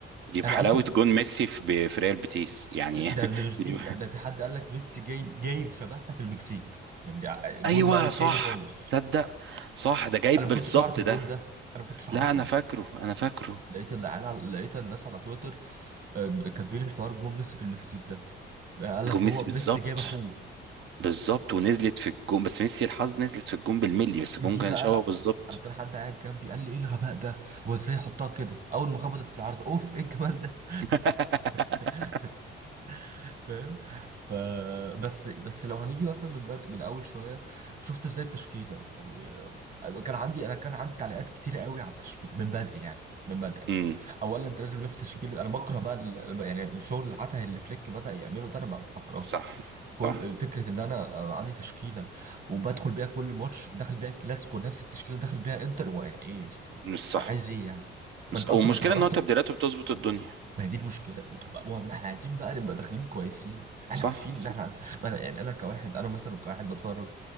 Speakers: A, on the right (about 70°); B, on the right (about 45°).
A: دي بحلاوة
B: انا اصلا
A: جون ميسي في في ريال بيتيس يعني
B: لا، ده ده
A: <laughs>
B: مش
A: دي
B: دي لا ده في حد قال لك ميسي جايب جايب شبهها في المكسيك يعني ده جون
A: ايوه
B: بقى تاني
A: صح
B: خالص
A: تصدق صح ده جايب
B: انا ما
A: بالظبط
B: كنتش اعرف الجون
A: ده
B: ده انا ما كنتش اعرفه
A: لا انا فاكره انا فاكره
B: لقيت العيال على- لقيت الناس على تويتر آه، كاتبين الحوار جون ميسي في المكسيك ده بقى قال لك
A: جون
B: هو
A: ميسي بالظبط
B: ميسي جايب اخوه
A: بالظبط ونزلت في الجون بس ميسي الحظ نزلت في الجون بالملي بس الجون
B: دي
A: كان
B: بقى
A: شبهه بالظبط
B: انا كان حد قاعد جنبي قال لي ايه الغباء ده هو ازاي يحطها كده اول ما خبطت في العارضه اوف ايه الجمال ده
A: <laughs>
B: <laughs> فاهم ف بس بس لو هنيجي مثلا من بدء من اول شويه شفت ازاي التشكيله يعني آه، كان عندي انا كان عندي تعليقات كتيره قوي على التشكيله من بدري يعني من بدري
A: امم
B: اولا انت لازم نفس تشكيله انا بكره بقى ال- يعني الشغل العته اللي فليك بدا يعمله ده انا ب- بكرهه
A: صح
B: كل
A: صح
B: فكره ان انا آه، عندي تشكيله وبدخل بيها كل ماتش داخل بيها الكلاسيكو ونفس التشكيله داخل بيها انتر هو يعني ايه يا اسطى يعني
A: مش صح
B: مش عايز ايه يعني ما
A: مش
B: انت
A: والمشكله
B: اصلا ما انت غلطت
A: ان هو تبديلاته بتظبط الدنيا
B: ما هي دي المشكلة طب ما ما احنا عايزين بقى نبقى داخلين كويسين احنا
A: صح
B: عارفين
A: صح
B: ان احنا ما انا يعني انا كواحد انا مثلا كواحد بتفرج